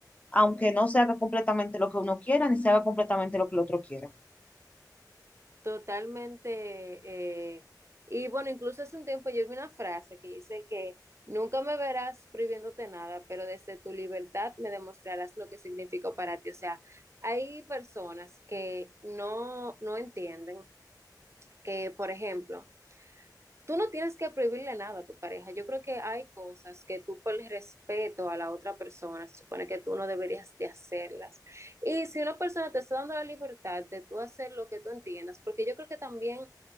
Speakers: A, on the left (about 20°); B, on the right (about 40°).
A: aunque no se haga completamente lo que uno quiera, ni se haga completamente lo que el otro quiera.
B: Totalmente. eh, y bueno, incluso hace un tiempo yo vi una frase que dice que nunca me verás prohibiéndote nada, pero desde tu libertad me demostrarás lo que significó para ti. O sea, hay personas que no, no entienden que, por ejemplo, tú no tienes que prohibirle nada a tu pareja. Yo creo que hay cosas que tú por el respeto a la otra persona, se supone que tú no deberías de hacerlas. Y si una persona te está dando la libertad de tú hacer lo que tú entiendas, porque yo creo que también